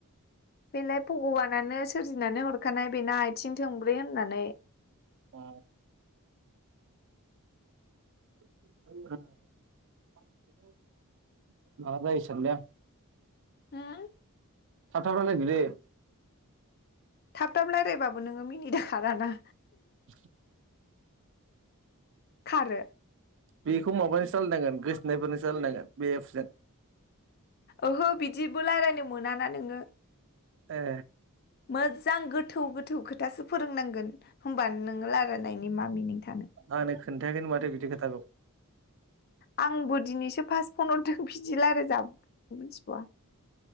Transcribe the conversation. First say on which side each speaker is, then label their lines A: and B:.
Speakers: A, on the left (about 45°); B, on the right (about 55°).
A: बेलाय भगबानानो सोरजिनानै हरखानाय बेना आगथिं थोंब्रै होननानै।
B: अ <unintelligible> माबा जायो सानबाय आं।
A: हा?
B: थाब थाब रायलायदो दे।
A: थाब थाब लायरायबाबो नोङो मिनिदा खाराना।
B: <inaudible>
A: खारो
B: बेखौ माबाजोंसो लायरायनांगोन गोसथोनायफोरनोसो लायरायनांगोन बे एब्सजों।
A: ओहो बिदिबो लायरायनो मोनाना नोङो।
B: ए
A: मोजां गोथौ गोथौ खोथासो फोरोंनांगोन। होमबानो नोङो लायरायनायनि मा मिनिं थानो।
B: आंनो खोन्थायाखैनो माथो बिदि खोथाखौ।
A: आंबो दिनैसो फास्ट फनहरदों बिदि लायराय जा <unintelligible> मिनथिबावा।